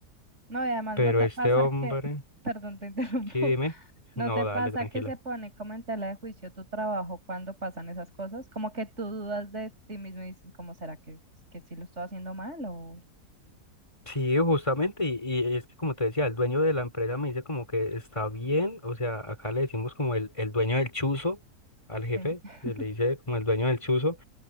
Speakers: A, on the right; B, on the left.
A: no, y además
B: Pero
A: no te
B: este
A: pasa
B: hombre,
A: que, perdón, te <laughs> interrumpo.
B: sí, dime, <laughs>
A: ¿No
B: no,
A: te pasa
B: dale, tranquila.
A: que se pone como en tela de juicio tu trabajo cuando pasan esas cosas? Como que tú dudas de ti mismo y dices, ¿cómo será que, que sí lo estoy haciendo mal o
B: Sí, justamente, y, y es que como te decía, el dueño de la empresa me dice como que está bien, o sea, acá le decimos como el, el dueño del chuzo al
A: sí?
B: jefe,
A: <laughs>
B: le le dice como el dueño del chuzo,